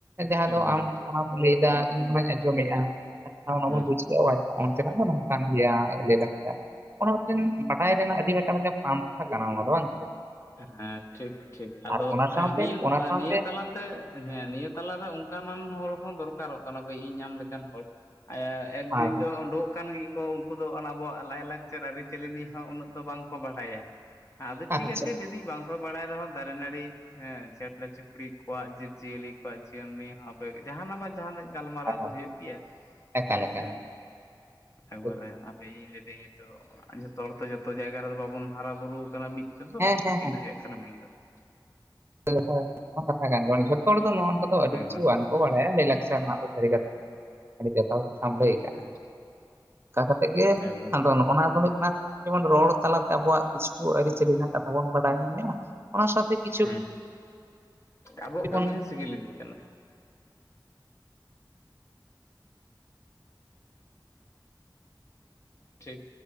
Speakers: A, on the right (about 30°); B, on the left (about 35°).
A: ᱡᱟᱦᱟᱸ
B: ᱮᱠᱵᱟᱨᱮ
A: ᱫᱚ ᱟᱢ ᱚᱱᱟᱢ ᱞᱟᱹᱭᱫᱟ ᱤᱧ ᱚᱱᱟᱧ ᱟᱸᱡᱚᱢᱮᱫᱼᱟ ᱟᱪᱪᱷᱟ ᱚᱱᱟ
B: ᱦᱩᱸ
A: ᱵᱚᱱ ᱵᱩᱡ <unintelligible> ᱚᱱᱛᱮ ᱱᱚᱜ ᱫᱚ ᱚᱱᱠᱟᱱ ᱜᱮᱭᱟ ᱞᱟᱹᱭ ᱞᱟᱠᱪᱟᱨ᱾ ᱚᱱᱟ ᱢᱮᱫᱴᱮᱱ ᱵᱟᱰᱟᱭ ᱨᱮᱱᱟᱜ ᱟᱹᱰᱤ ᱟᱴᱟᱝ ᱢᱤᱫ ᱯᱟᱱᱛᱷᱟ ᱜᱟᱱᱟ ᱟᱫᱚ ᱵᱟᱝ ᱥᱮ᱾
B: ᱦᱮᱸ ᱴᱷᱤᱠ ᱴᱷᱤᱠ ᱟᱫᱚ
A: ᱟᱨ ᱚᱱᱟ ᱥᱟᱶᱛᱮ
B: ᱱᱤᱭᱟᱹ
A: ᱚᱱᱟ ᱥᱟᱶᱛᱮ
B: ᱱᱤᱭᱟᱹ ᱛᱟᱞᱟᱛᱮ ᱦᱮᱸ ᱱᱤᱭᱟᱹ ᱛᱟᱞᱟᱨᱮ ᱚᱝᱠᱟᱱᱟᱱ ᱦᱚᱲ ᱦᱚᱸ ᱫᱚᱨᱠᱟᱨᱚᱜ ᱠᱟᱱᱟ ᱤᱧ ᱟᱢ ᱞᱮᱠᱟᱱ ᱦᱚᱲ ᱮᱸ ᱮᱠ
A: ᱦᱳᱭ
B: ᱫᱩᱭ ᱫᱚ ᱩᱰᱩᱠ ᱟᱠᱟᱱ ᱜᱤ ᱩᱝᱠᱩ ᱫᱚ ᱟᱵᱚᱣᱟᱜ ᱞᱟᱭᱼᱞᱟᱠᱪᱟᱨ ᱟᱹᱨᱤᱪᱟᱹᱞᱤᱤ ᱦᱚᱸ ᱩᱱᱟᱹᱜ ᱫᱚ ᱵᱟᱝᱠᱚ ᱵᱟᱲᱟᱭᱟ᱾ ᱟᱫᱚ
A: ᱟᱪᱪᱷᱟ
B: ᱴᱷᱤᱠ ᱟᱪᱮ ᱵᱟᱝᱯᱮ ᱵᱟᱲᱟᱭ ᱨᱮᱦᱚᱸ ᱫᱟᱨᱮ ᱱᱟᱹᱲᱤ ᱦᱮᱸ ᱪᱮᱬᱮ ᱪᱩᱯᱲᱤ ᱠᱚᱣᱟᱜ ᱡᱤᱵᱽ ᱡᱤᱭᱟᱹᱞᱤ ᱡᱤᱭᱚᱱ ᱱᱤᱭᱮ ᱦᱚᱸ ᱟᱯᱮ ᱡᱟᱦᱟᱱᱟᱜ ᱵᱟ ᱡᱟᱦᱱᱟᱜ ᱜᱟᱞᱢᱟᱨᱟᱣ
A: ᱦᱳᱭ ᱦᱳᱭ
B: ᱛᱚ ᱦᱩᱭᱩᱜ ᱜᱮᱭᱟ
A: ᱮᱠᱟᱞ
B: ᱦᱮᱸᱥᱮ
A: ᱮᱠᱟᱞ
B: ᱮᱠᱵᱟᱨᱮ
A: ᱴᱷᱤᱠ
B: ᱤᱧ ᱞᱟᱹᱭ ᱞᱟᱹᱧ ᱫᱟᱹᱧ ᱧᱤᱛᱚᱜ ᱦᱚᱲ ᱛᱚ ᱡᱚᱛᱚ ᱡᱟᱭᱜᱟ ᱨᱮᱫᱚ ᱵᱟᱵᱚᱱ ᱦᱟᱨᱟ ᱵᱩᱨᱩ ᱟᱠᱟᱱᱟ ᱢᱤᱫ ᱛᱚᱜ ᱫᱚᱤᱱᱟᱹ
A: ᱦᱮᱸ ᱦᱮᱸ
B: ᱦᱩᱭᱩᱜ ᱠᱟᱱᱟ ᱢᱮᱱ ᱠᱟᱛᱷᱟ᱾
A: ᱦᱮᱸ ᱦᱮᱸ ᱚᱱᱟ ᱢᱟ ᱠᱟᱛᱷᱟ ᱠᱟᱱ ᱜᱮᱭᱟ ᱜᱟᱱ ᱡᱚᱛᱚ ᱦᱚᱲ ᱫᱚ ᱱᱚ ᱫᱚ ᱟᱹᱰᱤ
B: ᱮᱠᱵᱟᱨᱮ
A: ᱠᱤᱪᱷᱩ ᱵᱟᱝᱠᱚ ᱵᱟᱲᱟᱭᱟ ᱞᱟᱹᱭᱞᱟᱠᱪᱟᱨ ᱨᱮᱱᱟᱜ ᱫᱚ ᱥᱟᱹᱨᱤ ᱠᱟᱛᱷᱟ ᱟᱹᱰᱤ ᱡᱚᱛᱷᱟᱛ ᱠᱟᱛᱷᱟᱢ ᱞᱟᱹᱭ ᱟᱠᱟᱟᱜᱼᱟ᱾
B: ᱦᱮᱸ
A: ᱠᱟ ᱠᱟᱛᱮᱜ ᱜᱮ
B: ᱮᱠᱵᱟᱨᱮ
A: ᱟᱫᱚ ᱱᱚᱜᱼᱱᱟ ᱫᱚ ᱦᱩᱭᱩᱜ ᱠᱟᱱᱟ᱾ ᱡᱮᱢᱚᱱ ᱨᱚᱲ ᱛᱟᱞᱟᱛᱮ ᱟᱵᱚᱣᱟᱜ ᱠᱤᱪᱷᱩ ᱟᱹᱨᱤᱪᱟᱹᱞᱤ ᱨᱮᱱᱟᱜ ᱠᱟᱛᱷᱟ ᱵᱚᱱ ᱵᱟᱰᱟᱭ ᱧᱟᱢᱮᱫᱼᱟ ᱚᱱᱟ ᱥᱟᱶᱛᱮ ᱠᱤᱪᱷᱩ
B: ᱦᱮᱸ ᱟᱵᱚᱣᱟᱜ ᱠᱟᱹᱢᱤ
A: ᱵᱚᱱ
B: ᱦᱚᱸ ᱥᱤᱜᱤᱞ ᱤᱫᱤᱜ ᱠᱟᱱᱟ᱾ ᱴᱷᱤᱠ